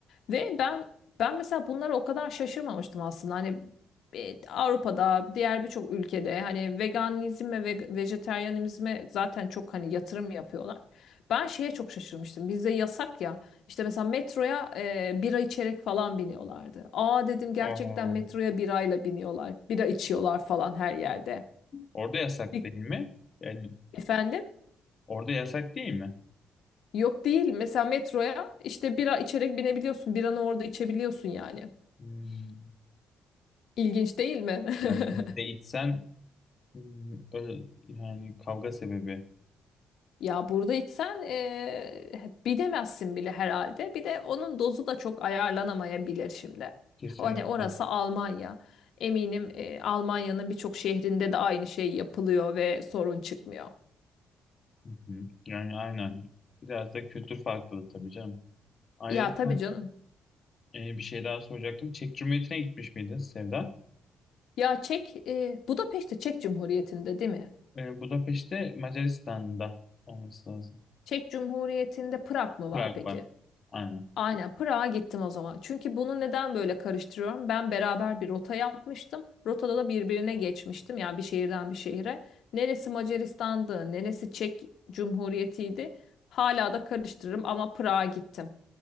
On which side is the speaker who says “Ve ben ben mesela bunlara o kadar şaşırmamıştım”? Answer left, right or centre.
Left